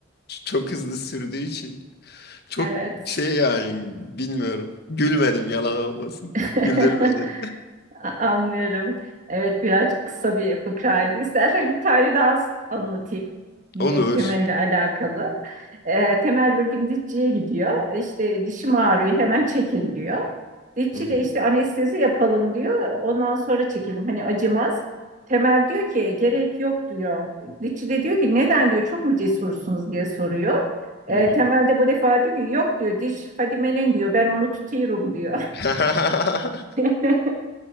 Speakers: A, on the left; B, on the right.
A: ç- çok hızlı sürdüğü için çok
B: Evet.
A: şey yani bilmiyorum. Gülmedim yalan olmasın.
B: <laughs>
A: Güldür beni.
B: A- Anlıyorum. Evet biraz kısa bir fıkraydı. İstersen bir tane daha s- anlatayım. Yine
A: <laughs> Olur.
B: Temel'le alakalı. Ee, Temel bir gün dişçiye gidiyor. İşte dişim ağrıyor hemen çekin diyor. Dişçi
A: Hı hı,
B: de işte anestezi yapalım diyor. Ondan sonra çekelim hani acımaz. Temel diyor ki gerek yok diyor. Dişçi de diyor ki neden diyor çok mu cesursunuz diye soruyor. Ee,
A: hı
B: Temel de bu defa diyor ki yok diyor diş Fadime'nin diyor ben onu tutuyorum diyor.
A: hı. <laughs>
B: <laughs>